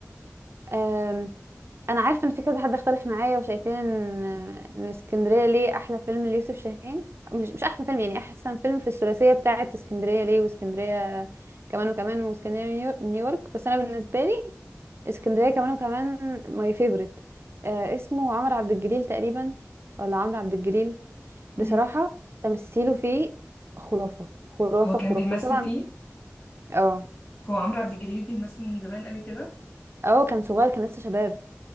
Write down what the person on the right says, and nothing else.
أم... انا عارفه ان في كذا حد اختلف معايا وشايفين ان ان اسكندريه ليه احلى فيلم ليوسف شاهين مش مش احلى فيلم يعني احسن فيلم في الثلاثيه بتاعه اسكندريه ليه واسكندريه كمان وكمان واسكندريه نيو- نيويورك بس انا بالنسبه لي اسكندريه كمان وكمان ماي فيفورت آه اسمه عمرو عبد الجليل تقريبا ولا عمرو عبد الجليل بصراحه
تمثيله فيه خرافه خرافه
خرافه
وطبعا
اه
اه كان صغير كان لسه شباب